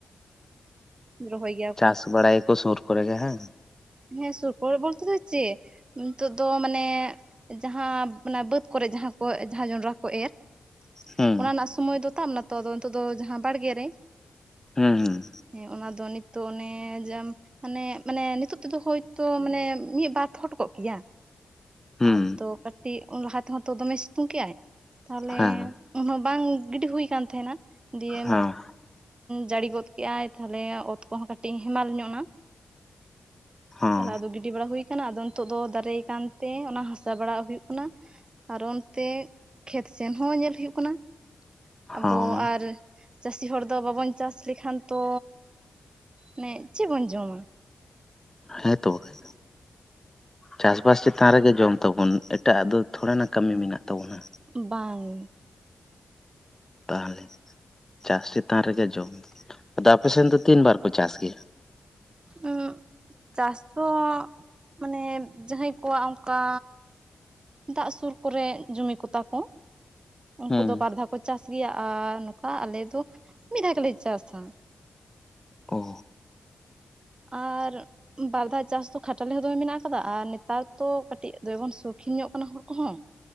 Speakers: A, on the right; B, on the left.
A: ᱨᱚᱦᱚᱭ ᱜᱮᱭᱟ ᱾
B: ᱪᱟᱥ ᱵᱟᱲᱟᱭᱟᱠᱚ ᱥᱩᱨ ᱠᱚᱨᱮ ᱜᱮ ᱦᱮᱸ ᱾
A: ᱦᱮᱸ ᱥᱩᱨ ᱠᱚᱨᱮ ᱵᱚᱞᱛᱮ ᱫᱚ ᱪᱮᱜ? ᱱᱤᱛᱚᱜ ᱫᱚ ᱢᱟᱱᱮ ᱡᱟᱦᱟᱸ ᱚᱱᱟ ᱵᱟᱹᱫᱽ ᱠᱚᱨᱮ ᱡᱟᱦᱟᱸ ᱠᱚ, ᱡᱟᱦᱟᱸ ᱡᱚᱸᱰᱨᱟ ᱠᱚᱠᱚ ᱮᱨ
B: ᱦᱩᱸ
A: ᱚᱱᱟ ᱨᱮᱱᱟᱜ ᱥᱚᱢᱚᱭ ᱫᱚ ᱛᱟᱵ ᱱᱟᱛᱚ, ᱟᱫᱚ ᱱᱤᱛᱳᱜ ᱫᱚ ᱡᱟᱦᱟᱸ ᱵᱟᱲᱜᱮ ᱨᱮ
B: ᱦᱩᱸ
A: ᱦᱮᱸ ᱚᱱᱟ ᱫᱚ ᱱᱤᱛ ᱫᱚ ᱚᱱᱮ ᱡᱟᱢ ᱦᱟᱱᱮ ᱢᱟᱱᱮ ᱱᱤᱛᱚᱜ ᱛᱮᱫᱚ ᱦᱳᱭᱛᱳ ᱢᱟᱱᱮ ᱢᱤᱜ ᱵᱟᱨ ᱯᱷᱚᱴ ᱠᱚᱜ ᱠᱮᱭᱟ,
B: ᱦᱩᱸ
A: ᱟᱫᱚ ᱠᱟᱹᱴᱤᱡ ᱞᱟᱦᱟ ᱛᱮᱦᱚᱸ ᱛᱚ ᱫᱚᱢᱮ ᱥᱤᱛᱩᱝ ᱠᱮᱜ-ᱟᱭ, ᱛᱟᱦᱚᱞᱮ
B: ᱦᱮᱸ
A: ᱩᱱᱦᱚᱸ ᱵᱟᱝ ᱜᱤᱰᱤ ᱦᱩᱭ ᱠᱟᱱ ᱛᱟᱦᱮᱸᱱᱟ ᱾ ᱫᱤᱭᱮᱢ
B: ᱦᱮᱸ
A: ᱡᱟᱹᱲᱤ ᱜᱚᱫ ᱠᱮᱜ-ᱟᱭ, ᱛᱟᱦᱚᱞᱮ ᱚᱛ ᱠᱚᱦᱚᱸ ᱠᱟᱹᱴᱤᱡ ᱦᱮᱢᱟᱞ ᱧᱚᱜ ᱱᱟ ᱾
B: ᱦᱮᱸ
A: ᱛᱟᱦᱚᱞᱮ ᱟᱫᱚ ᱜᱤᱰᱤ ᱵᱟᱲᱟ ᱦᱩᱭ ᱠᱟᱱᱟ, ᱟᱫᱚ ᱱᱤᱛᱳᱜ ᱫᱚ ᱫᱟᱨᱮᱭᱟ ᱠᱟᱱᱛᱮ ᱚᱱᱟ ᱦᱟᱥᱟ ᱵᱟᱲᱟᱣᱟᱜ ᱦᱩᱭᱩᱜ ᱠᱟᱱᱟ ᱾ ᱟᱨᱚ ᱚᱱᱛᱮ ᱠᱷᱮᱛ ᱥᱮᱱ ᱦᱚᱸ ᱧᱮᱞ ᱦᱩᱭᱩᱜ ᱠᱟᱱᱟ ᱟᱵᱚ
B: ᱦᱮᱸ
A: ᱟᱨ ᱪᱟᱹᱥᱤ ᱦᱚᱲ ᱫᱚ ᱵᱟᱵᱚᱱ ᱪᱟᱥ ᱞᱮᱠᱷᱟᱱ ᱛᱚ ᱢᱟᱱᱮ ᱪᱮᱫ ᱵᱚᱱ ᱡᱚᱢᱟ?
B: ᱦᱮᱸ ᱛᱚ ᱵᱟᱠᱷᱟᱡ ᱫᱚ, ᱪᱟᱥᱵᱟᱥ ᱪᱮᱛᱟᱱ ᱨᱮᱜᱮ ᱡᱚᱢ ᱛᱟᱵᱚᱱ ᱮᱴᱟᱜ ᱟᱜ ᱫᱚ ᱛᱷᱚᱲᱮ ᱱᱟ ᱠᱟᱹᱢᱤ ᱢᱮᱱᱟᱜ ᱛᱟᱵᱚᱱᱟ?
A: ᱵᱟᱝ ᱾
B: ᱛᱟᱦᱚᱞᱮ, ᱪᱟᱥ ᱪᱮᱛᱟᱱ ᱨᱮᱜᱮ ᱡᱚᱢ ᱟᱫᱚ ᱟᱯᱮᱥᱮᱱ ᱫᱚ ᱛᱤᱱ ᱵᱟᱨ ᱠᱚ ᱪᱟᱥ ᱜᱮᱭᱟ?
A: ᱩᱸᱜ ᱪᱟᱥ ᱫᱚ ᱢᱟᱱᱮ ᱡᱟᱦᱟᱸᱭ ᱠᱚᱣᱟᱜ ᱚᱱᱠᱟ ᱫᱟᱜ ᱥᱩᱨ ᱠᱚᱨᱮ ᱡᱚᱢᱤ ᱠᱚ ᱛᱟᱠᱚ ᱩᱱᱠᱩ
B: ᱦᱮᱸ
A: ᱫᱚ ᱵᱟᱨ ᱫᱷᱟᱣ ᱠᱚ ᱪᱟᱥ ᱜᱮᱭᱟ ᱟᱨ ᱱᱚᱝᱠᱟ ᱟᱞᱮ ᱫᱚ ᱢᱤᱫ ᱫᱷᱟᱣ ᱜᱮᱞᱮ ᱪᱟᱥᱟ ᱾
B: ᱚ ᱾
A: ᱟᱨ ᱵᱟᱨᱫᱷᱟᱣ ᱪᱟᱥ ᱫᱚ ᱠᱷᱟᱴᱟᱞᱮ ᱦᱚᱸ ᱫᱚᱢᱮ ᱢᱮᱱᱟᱜ ᱟᱠᱟᱫᱟ ᱟᱨ ᱱᱮᱛᱟᱨ ᱛᱚ ᱠᱟᱹᱴᱤᱡ ᱫᱚᱢᱮ ᱵᱚᱱ ᱥᱚᱠᱷᱤᱱ ᱧᱚᱜ ᱟᱠᱟᱱᱟ ᱦᱚᱲ ᱠᱚᱦᱚᱸ ᱾